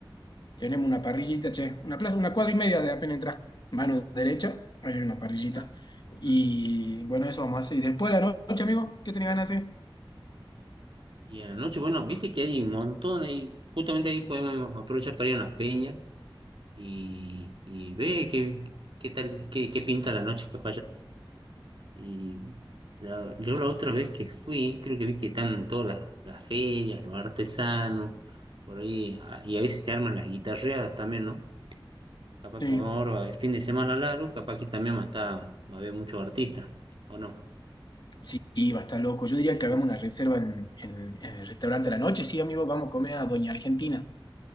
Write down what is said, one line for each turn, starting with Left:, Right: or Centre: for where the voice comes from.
Left: tenemos una parrillita, che, una plaza, una cuadra y media de apenas entrar. mano derecha, ahí hay una parrillita.
Right: ¿no?
Left: Y bueno, eso vamos a hacer. Y después de la noche, amigo, ¿qué tenés ganas de hacer?
Right: Y a la noche, bueno, viste que hay un montón, y justamente ahí podemos aprovechar para ir a una peña y, y ve qué, qué tal, qué, qué pinta la noche que Y la- yo la otra vez que fui, creo que vi que están todas las, las ferias, los artesanos, por ahí, ah, y a veces se arman las guitarreadas también, ¿no? Capaz
Left: Sí,
Right: que como ahora es fin de semana largo, capaz que también va a estar- va a haber muchos artistas, ¿o no?
Left: sí, sí, va a estar loco. Yo diría
Right: Sí,
Left: que
Right: sí.
Left: hagamos una reserva en, en- en el restaurante a la noche, sí, amigo, vamos a comer a Doña Argentina.